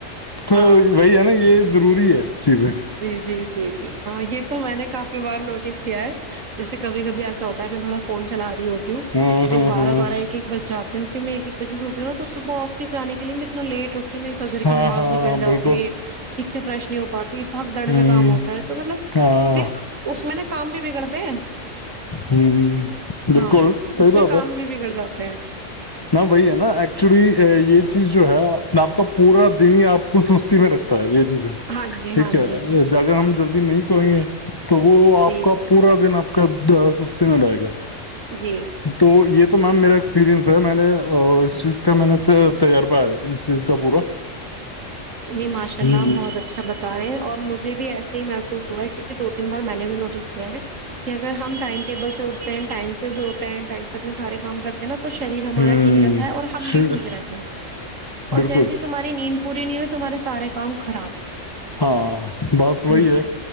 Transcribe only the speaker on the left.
تو
وہی ہے نا یہ ضروری ہے ج <unintelligible>
ہاں
ہاں
ہاں
ہاں
ہاں
بالکل
ہ
ہاں
ہوں بالکل
صی
بات
ہے
ن وہی ہے نا ایکچولی یہ چیز جو ہے آپ کا پورا دن ہی آپ کو سستی میں رکھتا ہے یہ جیز
ٹھیک
ہے
جگہ ہم جب نہیں سوئیں گے تو وہ آپ
کا
پورا دن اپ کد سستی میں لائے گیا
تو یہ تو تو میم میرا ایکسپرینس س میں نے اس چیز کا میں نے تجربہ اس چیز کا پورا
ہ
ہ ہ
بالکل
ہاں بس وہی
ہے